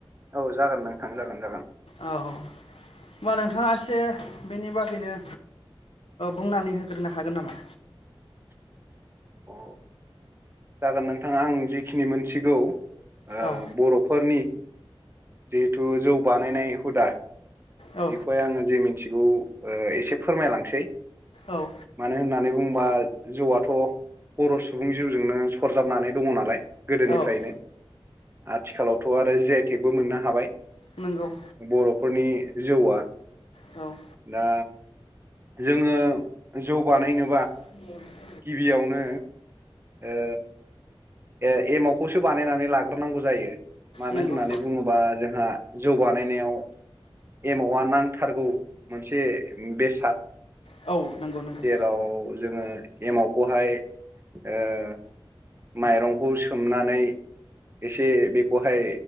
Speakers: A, on the right; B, on the left.
A: औ जागोन नोंथां जागोन जागोन।
B: औ होनोमबा नोंथाङा एसे बेनि बागैनो। बुंनानै होग्रोनो हागोन नामा?
A: अ जागोन नोंथां आं जिखिनि मोनथिगौ ओ
B: औ
A: बर' फोरनि। जिहेथु जौ बानायनाय हुदा
B: औ
A: बेखौहाय आङो जे मिथिगौ। ओ एसे फोरमायलांसै
B: औ
A: मानो होननानै। बुंबा जौआथ' बर' सुबुं जिउजोंनो सरजाबनानै दङ नालाय। गोदोनिफ्रायनो
B: औ
A: आथिखालाव। गथ' आरो जइटेकबो मोननो हाबाय
B: नंगौ
A: बर'फोरनि जौआ।
B: औ
A: दा जोङो जौ बानायनो।
B: <unintelligible>
A: गिबियावनो ओ ओ एमावखौसो बानायनानै लाग्रोनांगौ जायो मानो
B: नंगौ
A: होननानै बुङोबा जोंहा, जौ बानायनायाव एमावा नांथारगौ मोनसे बेसाद,
B: औ नंगौ नंगौ
A: जेराव जोङो एमावखौहाय ओ माइरंखौ सोमनानै एसे बेखौहाय